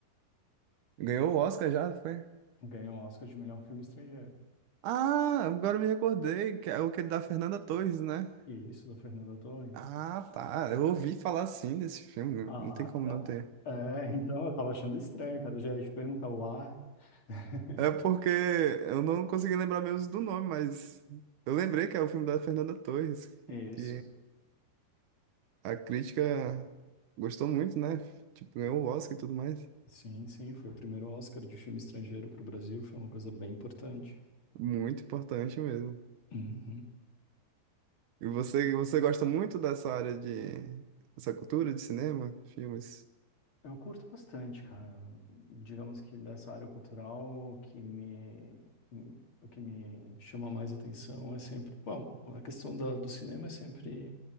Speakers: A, on the right; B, on the left.
A: Ganhou o Oscar já, foi?
B: Ganhou o Oscar de melhor filme estrangeiro.
A: Ah, agora eu me recordei, que é o que ele da Fernanda Torres, né?
B: E isso, da Fernanda Torres.
A: Ah, tá. Eu ouvi falar sim desse filme,
B: Ah,
A: não tem como
B: tá.
A: não ter.
B: É, então eu tava achando estranho, cara. Já ia te perguntar o ar. <laughs>
A: É porque eu não consegui lembrar mesmo do nome, mas eu lembrei que é o filme da Fernanda Torres,
B: Isso.
A: que a crítica gostou muito, né? Tipo, ganhou o Oscar e tudo mais.
B: Sim, sim, foi o primeiro Oscar de filme estrangeiro pro Brasil, foi uma coisa bem importante.
A: Muito importante mesmo.
B: Uhum,
A: E você, você gosta muito dessa área de, dessa cultura de cinema, filmes?
B: Eu curto bastante, cara. Digamos que dessa área cultural, o que me, o que me chama mais atenção é sempre. Bom, a questão da, do cinema é sempre